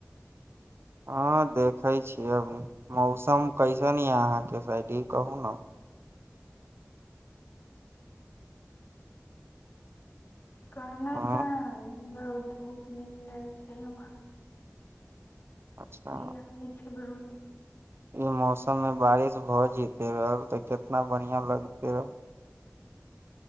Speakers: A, on the right (about 55°); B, on the left (about 45°).
A: हाँ देखैय छीय अभी मौसम कैसन यऽ अहाँ के साइड ई कहु ने
B: कहलहुँ
A: हँ
B: तऽ बहुत धूप निकलल छै हम
A: अच्छा
B: लागै छै बहुत
A: ई मौसम में बारिश भए जते रहल ते केितना बढ़िया लगते रह